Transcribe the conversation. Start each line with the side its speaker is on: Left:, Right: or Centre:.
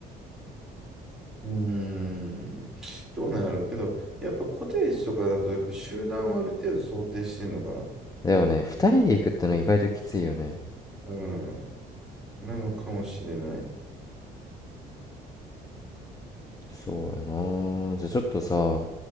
Centre: うーん。どうなんやろうけど、やっぱコテージとかだと、やっぱ集団をある程度想定してんのかな。
Left: だよね二人で行くっての意外ときついよね
Centre: うん。なのかもしれない。
Left: そうやなじゃあちょっとさ